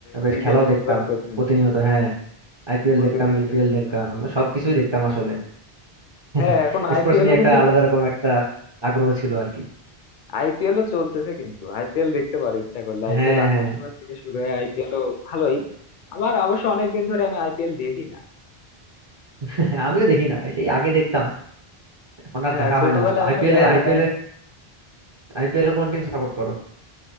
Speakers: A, on the left (about 60°); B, on the right (about 35°).
A: ক্রিকেট
B: বেশ খেলাও
A: ফুটবল
B: দেখতাম
A: প্রতিদিন
B: প্রতিনিয়ত হ্যাঁ আইপিএল
A: প্রতিনিয়ত
B: দেখতাম বিপিএল
A: খেলা
B: দেখতাম
A: হচ্ছে
B: সবকিছুই দেখতাম আসলে <laughs>
A: হ্যাঁ এখন আইপিএলও
B: স্পোর্টস নিয়ে একটা
A: কিন্তু
B: আলাদা রকম একটা আগ্রহ ছিল আর কি
A: আইপিএলও চলতেছে কিন্তু আইপিএল দেখতে পারো ইচ্ছা করলে আইপিএল
B: হ্যাঁ
A: আটটার
B: হ্যাঁ
A: সময় থেকে শুরু হয় আইপিএলও ভালোই আমার অবশ্য অনেক দিন ধরে আমি আইপিএল দেখি না
B: <laughs> আমিও দেখি না সেই আগে দেখতাম এখন
A: হ্যাঁ
B: আর দেখা
A: ছোটবেলায়
B: হয় না তো আইপিএল
A: আসলে
B: এ
A: আলাদা
B: আইপিএল
A: একটা
B: এ আইপিএল এ কোন টিম সাপোর্ট করো